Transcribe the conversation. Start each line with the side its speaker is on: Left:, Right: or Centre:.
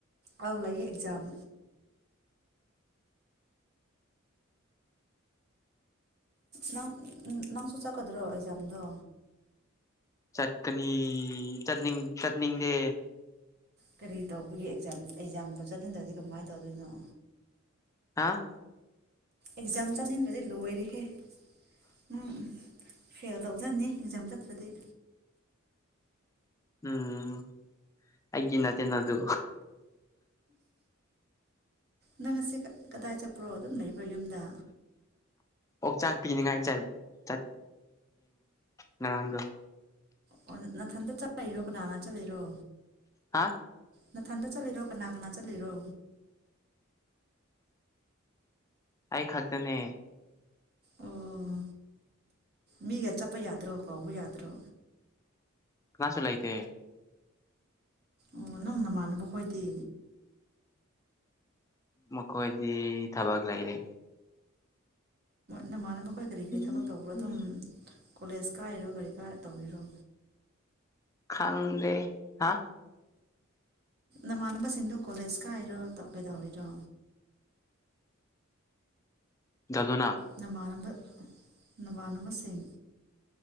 Right: ꯑꯗꯨ ꯂ ꯑꯦꯛꯖꯥꯝ ꯅꯪ ꯅꯪꯁꯨ ꯆꯠꯀꯗ꯭ꯔꯣ ꯑꯦꯛꯖꯥꯝꯗꯣ
Left: ꯆꯠꯀꯅꯤ ꯆꯠꯅꯤꯡ ꯆꯠꯅꯤꯡꯗꯦ
Right: ꯀꯔꯤ ꯇꯧꯕꯒꯦ ꯑꯦꯛꯖꯥꯝ ꯑꯦꯛꯖꯥꯝꯗ ꯆꯠꯅꯤꯡꯗ꯭ꯔꯗꯤ ꯀꯃꯥꯏꯅ ꯇꯧꯗꯣꯏꯅꯣ
Left: ꯍꯥꯥ
Right: ꯑꯦꯛꯖꯥꯝ ꯆꯠꯅꯤꯡꯗ꯭ꯔꯗꯤ ꯂꯣꯏꯔꯤꯈꯦꯝ ꯐꯦꯜ ꯇꯧꯖꯅꯤ ꯑꯦꯛꯖꯥꯝ ꯆꯠꯇ꯭ꯔꯗꯤ
Left: ꯎꯝ ꯑꯩꯒꯤꯅꯥ ꯇꯅꯗꯨ
Right: ꯅꯪꯁ ꯀꯗꯥꯏ ꯆꯠꯄ꯭ꯔꯣ ꯑꯗꯨꯝ ꯂꯩꯕ꯭ꯔꯣ ꯌꯨꯝꯗ
Left: ꯑꯣꯛꯆꯥꯛ ꯄꯤꯅꯤꯉꯥꯏ ꯆꯠ ꯉꯔꯥꯡꯗꯣ
Right: ꯑꯣ ꯅꯥꯊꯟꯇ ꯆꯠꯂꯛꯏꯔꯣ ꯀꯅꯥꯅ ꯆꯠꯂꯔꯣ
Left: ꯍꯥ
Right: ꯅꯊꯟꯗ ꯆꯠꯂꯤꯔꯣ ꯀꯅꯥ ꯀꯅꯥ ꯆꯠꯂꯤꯔꯣ
Left: ꯑꯩ ꯈꯥꯛꯛꯇꯅꯦ
Right: ꯑꯣ ꯃꯤꯒ ꯆꯠꯄ ꯌꯥꯗ꯭ꯔꯣ ꯀꯧꯕ ꯌꯥꯗ꯭ꯔꯣ
Left: ꯀꯅꯥ ꯆꯦ ꯂꯥꯏꯇꯦ
Right: ꯑꯣ ꯅꯪ ꯅꯃꯥꯟꯅꯕ ꯈꯣꯏꯗꯤ
Left: ꯃꯈꯣꯏꯗꯤ ꯊꯕꯛ ꯂꯩꯌꯦꯦ
Right: ꯅ ꯑꯔꯝꯕ ꯑꯩꯈꯣꯏ ꯀꯔꯤ ꯀꯔꯤ
Left: ꯎꯝ
Right: ꯊꯕꯛ ꯇꯧꯕ ꯑꯗꯨꯝ
Left: ꯎꯝ
Right: ꯀꯣꯂꯦꯖ ꯀꯥꯔꯤꯔꯣ ꯀꯔꯤ ꯀꯥ ꯇꯧꯕꯤꯔꯣ
Left: ꯈꯥꯡꯗꯦ ꯍꯥ
Right: ꯅꯃꯥꯟꯅꯕꯁꯤꯡꯗꯣ ꯀꯣꯂꯦꯖꯀ ꯍꯥꯏ ꯑꯣꯏꯔꯣ ꯇꯣꯞ ꯀꯩꯗ ꯑꯣꯏꯔꯣ
Left: ꯖꯗꯣ ꯅꯪ
Right: ꯅꯅꯝꯕ ꯅꯚꯥꯟꯕꯁꯤꯡ